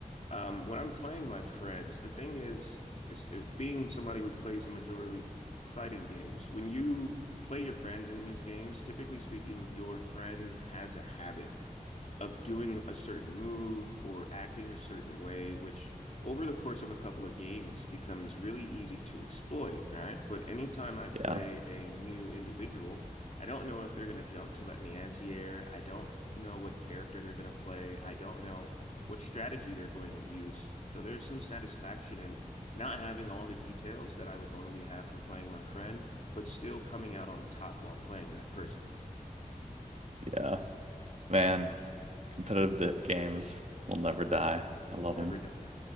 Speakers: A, on the left; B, on the right.
A: um, when I'm playing my friends, the thing is, is it, being somebody who plays a majorly fighting games, when you play your friends in these games, typically speaking, your friend has a habit of doing a certain move or acting a certain way, which over the course of a couple of games becomes really easy to exploit, right? But anytime I play
B: Yeah,
A: a new individual, I don't know if they're going to jump to let me anti-air. I don't know what character they're going to play. I don't know what strategy they're going to use. So there's some satisfaction in not having all the details that I would normally have from playing my friend, but still coming out on top while playing that person.
B: yeah. Man, competitive d- games will never die. I love
A: Never
B: them.
A: die.